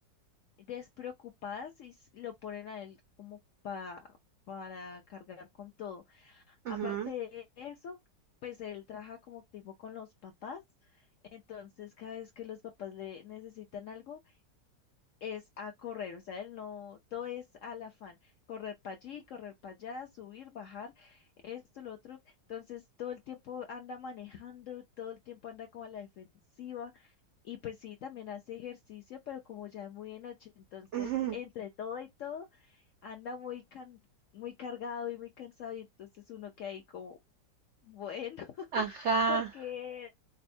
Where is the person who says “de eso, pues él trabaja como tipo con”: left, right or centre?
Left